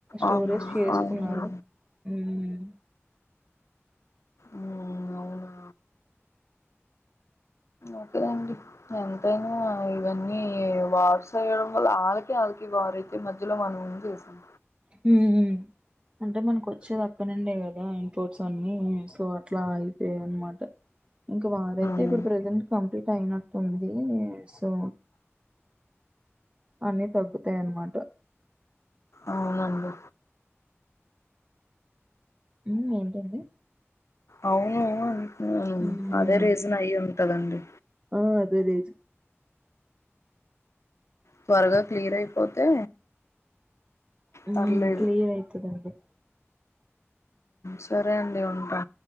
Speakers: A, on the right (about 25°); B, on the left (about 75°).
A: స్టోరేజ్
B: అవును
A: చేసుకున్నారు
B: అవును
A: హ్మ్
B: ఊ అవునా ఒకే అండి ఎంతైనా ఇవన్నీ వార్స్ అవ్వడం వల్ల ఆళ్లకి ఆళ్ళకి వారైతే మధ్యలో మనం ఏం చేసాం
A: హు ఉ అంటే మనకు వచ్చేది అక్కనుండే కదా ఇంపోర్ట్స్ అన్ని సో అట్లా అయిపోయాయి అన్నమాట ఇంకా వార్ అయితే
B: మ్
A: ఇప్పుడు ప్రెజెంట్ కంప్లీట్ అయినట్లు ఉంది సో అన్నీ తగ్గుతాయి అన్నమాట
B: అవునండి
A: ఉ ఏంటాండి
B: అవునవును వును
A: ఉమ్,
B: అదే రీజన్ అయ్యి ఉంటదండి
A: ఆ అదే లేదు
B: త్వరగా క్లియర్ అయిపోతే
A: హు
B: పర్లేదు
A: క్లియర్ అయితాది అండి
B: సరే అండి ఉంటా